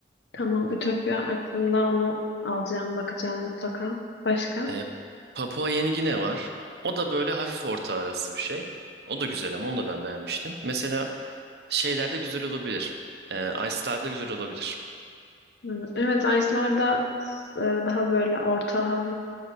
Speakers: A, on the left (about 80°); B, on the right (about 65°).
A: Tamam. Ütopya aklımda onu alacağım, bakacağım mutlaka. Başka?
B: E, Papua Yeni Gine var. O da böyle hafif orta arası bir şey. O da güzel ama onu da ben beğenmiştim. Mesela şeylerde güzel olabilir. E, Ice'larda güzel olabilir.
A: Hı. Evet, Ice'larda e, daha böyle orta hafif